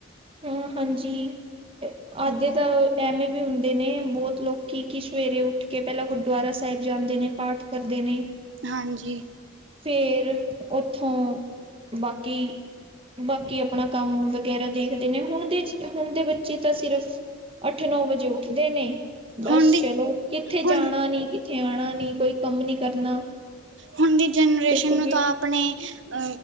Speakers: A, on the right; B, on the right.
A: ਹੁੰ, ਹਾਂਜੀ ਤੇ ਆੱਧੇ
B: ਹਾਂਜੀ
A: ਤਾਂ ਐਵੇਂ ਵੀ ਹੁੰਦੇ ਨੇ ਬਹੁਤ ਲੋਕ ਕਿ ਸਵੇਰੇ ਉੱਠ ਕੇ ਪਹਿਲਾਂ ਗੁਰਦੁਆਰਾ ਸਾਹਿਬ ਜਾਂਦੇ ਨੇ ਪਾਠ ਕਰਦੇ ਨੇ,
B: ਹਾਂਜੀ,
A: ਫੇਰ ਉੱਥੋਂ ਬਾਕੀ, ਬਾਕੀ ਆਪਣਾ ਕੰਮ ਵਗੈਰਾ ਦੇਖਦੇ, ਨੇ ਹੁਣ ਦੇ ਹੁਣ ਦੇ ਬੱਚੇ ਤਾਂ ਸਿਰਫ ਅੱਠ ਨੌ ਵਜੇ ਉੱਠਦੇ ਨੇ ਬਸ
B: ਹੁਣ ਦੀ
A: ਚਲੋ ਕਿੱਥੇ
B: ਹੁਣ
A: ਜਾਣਾ ਨੀ ਕਿੱਥੇ ਆਣਾਵ ਨੀ ਕੋਈ ਕੰਮ ਨੀ ਕਰਨਾ,
B: ਹੁਣ ਦੀ ਜਨਰੇਸ਼ਨ
A: ਬਿਲਕੁਲ
B: ਨੂੰ
A: ਵੀ
B: ਤਾਂ ਆਪਣੇ ਅ